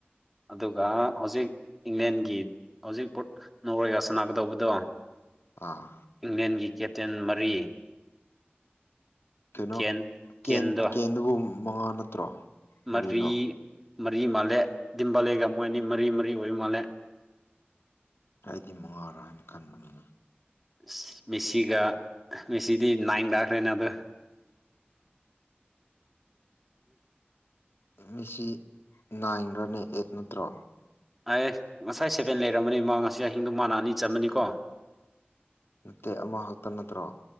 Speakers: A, in the centre; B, on the left.
A: ꯑꯗꯨꯒ ꯍꯧꯖꯤꯛ ꯏꯪꯂꯦꯟꯒꯤ ꯍꯧꯖꯤꯛ ꯄꯣꯔꯠ ꯅꯣꯔꯋꯦꯒ ꯁꯅꯥꯒꯗꯧꯕꯗꯣ
B: ꯑꯥ
A: ꯏꯪꯂꯦꯟꯒꯤ ꯀꯦꯞꯇꯦꯟ ꯃꯔꯤ
B: ꯀꯩꯅꯣ
A: ꯀꯦꯟ
B: ꯀꯦꯟ
A: ꯀꯦꯟꯗꯣ
B: ꯀꯦꯟꯗꯨꯕꯨ ꯃꯉꯥ ꯅꯠꯇ꯭ꯔꯣ ꯃꯔꯤꯔꯣ
A: ꯃꯔꯤ ꯃꯔꯤ ꯃꯥꯜꯂꯦ ꯗꯤꯝꯕꯥꯂꯦꯒ ꯃꯣꯏ ꯑꯅꯤ ꯃꯔꯤ ꯃꯔꯤ ꯑꯣꯏꯕ ꯃꯥꯜꯂꯦ
B: ꯑꯩꯗꯤ ꯃꯉꯥꯔꯥ ꯍꯥꯏꯅ ꯈꯟꯕꯅꯤꯅꯦ
A: ꯑꯁ ꯃꯦꯁꯤꯒ ꯃꯦꯁꯤꯗꯤ ꯅꯥꯏꯟ ꯇꯥꯛꯈ꯭ꯔꯦ ꯃꯥꯗꯣ
B: ꯃꯦꯁꯤ ꯅꯥꯏꯟꯔꯅꯦ ꯑꯦꯠ ꯅꯠꯇ꯭ꯔꯣ
A: ꯑꯩ ꯉꯁꯥꯏ ꯁꯦꯚꯦꯟ ꯂꯩꯔꯝꯕꯅꯤ ꯃꯥ ꯉꯁꯤ ꯑꯍꯤꯡꯗꯥ ꯃꯥꯥꯟꯅ ꯑꯅꯤ ꯆꯟꯕꯅꯤꯀꯣ
B: ꯅꯠꯇꯦ ꯑꯃꯈꯛꯇ ꯅꯠꯇ꯭ꯔꯣ